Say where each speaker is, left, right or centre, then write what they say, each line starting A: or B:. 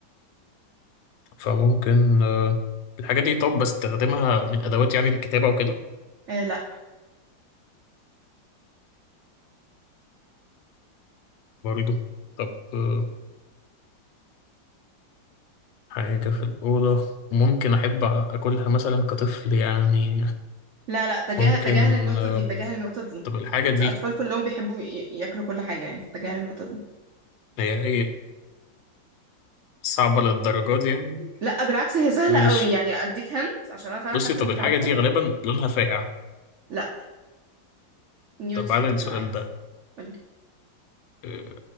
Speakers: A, on the left; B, on the right.
A: فممكن آه الحاجة دي طب بستخدمها من أدوات يعني الكتابة وكده
B: آه لا
A: برضه طب آه، حاجة في الأوضة ممكن أحب أكلها مثلا كطفل يعني
B: لا لا تجاهل
A: ممكن
B: تجاهل النقطة
A: آه،
B: دي تجاهل النقطة دي
A: طب الحاجة دي
B: الأطفال كلهم بيحبوا ي- ياكلوا كل حاجة يعني فتجاهل النقطة دي
A: هي إيه صعبة للدرجة دي يعني
B: لا بالعكس هي سهلة
A: ماشي
B: قوي يعني أديك هنت عشان أنا فعلا
A: بصي
B: حاسة
A: طب
B: إني
A: الحاجة
B: تعبت
A: دي غالبا لونها فاقع
B: لا نيوترال
A: طب بعد السؤال
B: كده عادي
A: ده
B: قولي
A: آه،